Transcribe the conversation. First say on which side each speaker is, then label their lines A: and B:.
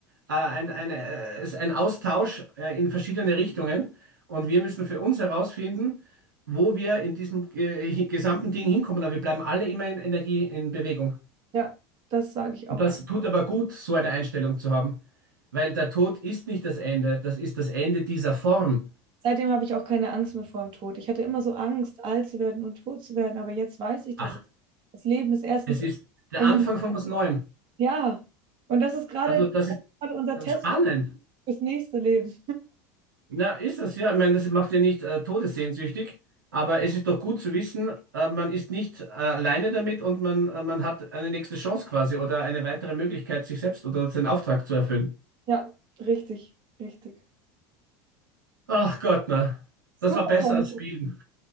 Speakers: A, on the right (about 80°); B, on the right (about 50°).
A: äh, ein, ein, äh, es- ein Austausch äh, in verschiedene Richtungen. Und wir müssen für uns herausfinden, wo wir in diesem äh, hi- gesamten Ding hinkommen. Aber wir bleiben alle immer in Energie, in Bewegung.
B: ja, das sage ich auch.
A: Und das tut aber gut, so eine Einstellung zu haben. Weil der Tod ist nicht das Ende, das ist das Ende dieser Form.
B: Seitdem habe ich auch keine Angst mehr vor dem Tod. Ich hatte immer so Angst, alt zu werden und tot zu werden, aber jetzt weiß ich, dass
A: Ach,
B: es, das Leben ist erstens,
A: es ist der
B: ein-
A: Anfang von was Neuem.
B: ja, und das ist gerade
A: Also das ist
B: gerade unser Test.
A: spannend.
B: Fürs nächste Leben.
A: Na, ist das, ja. Ich meine, das macht ja nicht äh, todessehnsüchtig, aber es ist doch gut zu wissen, äh, man ist nicht äh, alleine damit und man, äh, man hat eine nächste Chance quasi oder eine weitere Möglichkeit, sich selbst oder seinen Auftrag zu erfüllen.
B: Ja, richtig, richtig.
A: Ach Gott, na.
B: Super.
A: Das war besser
B: Tanz.
A: als Spielen.